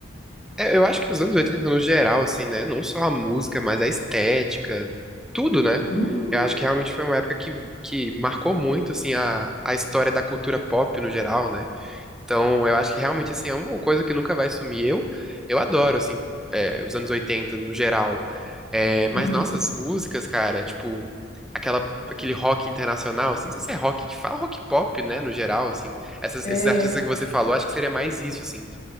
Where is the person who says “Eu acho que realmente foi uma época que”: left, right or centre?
Centre